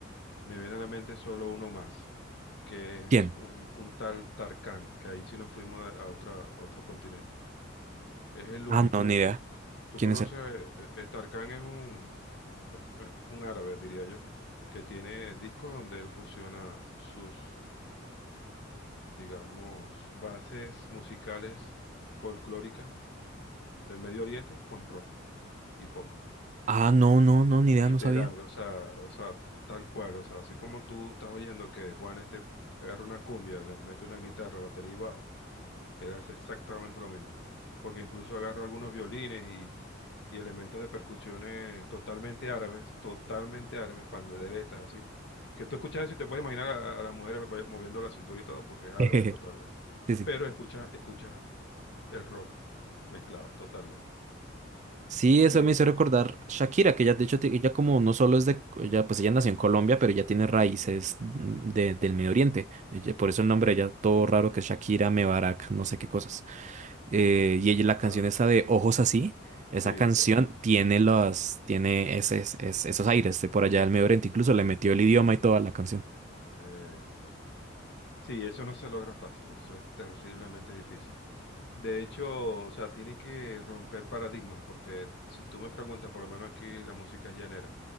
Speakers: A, on the left; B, on the right.
A: me viene a la mente solo uno más que
B: ¿Quién?
A: es un, un tal Tarkán, que ahí sí nos fuimos a otra, otro continente. Es el único.
B: Ah, no, ni idea.
A: Tú
B: ¿Quién
A: conoces,
B: es él?
A: eh, eh, Tarkán es un, un árabe, diría yo, que tiene discos donde él fusiona sus, digamos, bases musicales folclóricas del Medio Oriente con rock y pop.
B: Ah, no, no, no, ni idea,
A: Literal,
B: no sabía.
A: o sea, o sea, tal cual, o sea, así como tú estás oyendo que Juan este agarra una cumbia, le mete una guitarra, batería y bajo. Eras exactamente lo mismo. Porque incluso agarra algunos violines y, y elementos de percusiones totalmente árabes, totalmente árabes, panderetas, así. Que tú escuchas eso y te puedes imaginar a, a las mujeres ba- moviendo la cintura y todo, porque es árabe
B: <laughs>
A: totalmente.
B: Sí, sí.
A: Pero escuchas, escuchas el rock mezclado totalmente.
B: Sí,
A: Y
B: eso me
A: es-
B: hizo recordar Shakira, que ella, de hecho, ti- ella como no solo es de, ella, pues ella nació en Colombia, pero ella tiene raíces mm, de- del Medio Oriente. Ella- por eso el nombre de ella, todo raro que es Shakira, Mebarak, no sé qué cosas. Eh, y ella, la
A: ah,
B: canción esa de Ojos Así, esa
A: sí,
B: canción
A: correcto.
B: tiene los, tiene ese, ese- ese- esos aires de por allá del Medio Oriente. Incluso le metió el idioma y toda la canción.
A: Exacto. Sí, eso no se logra fácil, eso es terriblemente difícil. De hecho, o sea, tiene que romper paradigmas, porque si tú me preguntas, por lo menos aquí la música es llanera,